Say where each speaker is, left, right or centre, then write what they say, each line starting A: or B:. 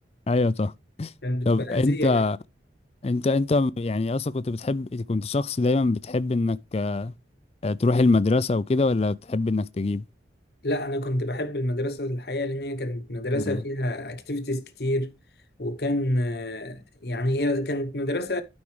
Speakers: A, on the left; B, on the left.
A: أيوه طه
B: كانت
A: طب
B: بتبقى
A: أنت
B: أذية
A: أنت أنت يعني أصلا كنت بتحب كنت شخص دايما بتحب إنك آه، تروح المدرسة وكده ولا تحب إنك تجيب؟
B: لا انا كنت بحب المدرسه الحقيقه لان هي كانت مدرسه
A: مم.
B: فيها اكتيفيتيز كتير وكان آه، يعني هي كانت مدرسه